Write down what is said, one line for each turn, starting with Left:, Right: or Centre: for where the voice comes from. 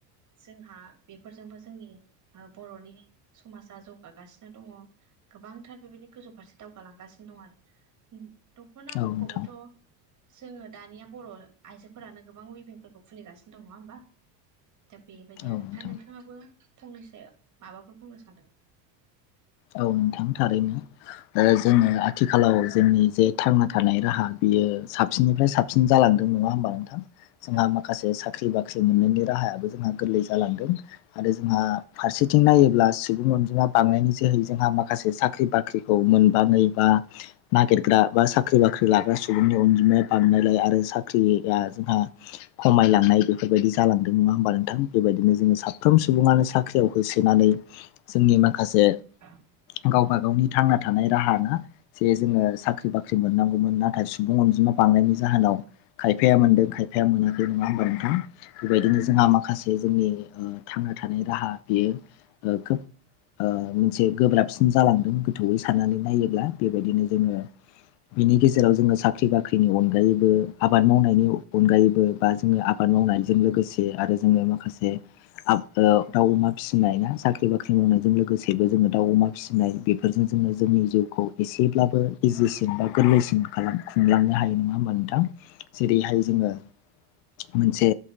Right: जोंहा बेफोरजोंबो जोंनि बर'नि समाजा जौगागासिनो दङ। गोबांथार बेबायदि गोजौ फारसे दावगालांगासिनो दं आरो दख'नाफोरखौबोथ'
Left: औ नोंथां
Right: जोङो दानिया बर' आइजोफोरानो गोबां वेबििंफोरखौ खुलिगासिनो दं नङा होमबा? दा बेबायदि
Left: औ
Right: आरो
Left: नोंथां
Right: दा नोंथाङाबो फंनैसो माबाफोर बुंनो सानदों?
Left: औ नोंथां थारैनो जोङो आथिखालाव जोंनि जे थांना थानाय राहा बियो साबसिननिफ्राय साबसिन साबसिन जालांदों नङा होमबा नोंथां जोंहा
Right: औ
Left: माखासे साख्रि बाख्रि मोननायनि राहायाबो जोंहा गोरलै जालांदों आरो जोंहा फारसेथिं नायोब्ला सुबुं अनजिमा बांनायनि जोहै जोंहा माखासे साख्रि बाख्रिखौ मोनबा नैबा नागिरग्रा बा साख्रि बाख्रि लाग्रा सुबुंनि अनजिमाया बाहायनायलाय आरो साख्रिया जोंहा खमायलांनाय बेफोरबायदि जालांदों नङा होमबा नोंथां बेबायदिनो जोङो सा साफ्रोम
Right: औ
Left: सुबुङानो साख्रियाव होसोनानै जोंनि माखासे
Right: औ
Left: गावबा गावनि थांना थानाय राहा ना? जे जोङो साख्रि बाख्रि मोननांगौमोन नाथाय सुबुं अनजिमा बांनायनि जाहोनाव खायफाया मोनदों खायफाया मोनाखै नङा होमबा नोंथां बेबायदिनो
Right: औ
Left: जोंहा माखासे जे जोंनि थांना थानाय राहा बियो खोब ओ मोनसे गोब्राबसिन गोथौै साननानै नायोब्ला बेबायदिनो जोङो बेनि गेजेराव जों सा साख्रि बाख्रिनि अनगायैबो आबाद मावनायनि अनगायैबो बा जोङो आबाद मावनायजों लोगोसे आरो जोङो माखासे आ दाउ अमा फिसिनाय ना साख्रि बाख्रि मावनायजों लोगोसेबो जोङो दाउ अमा फिसि फिनाय बेफोरजों जोंनो जोंनि जिउखौ एसेब्लाबो इजिसिन बा गोरलैसिन खालामो। खुंलांनो हायो नङा होमबा नोंथां जेरैहाय जोङो मोनसे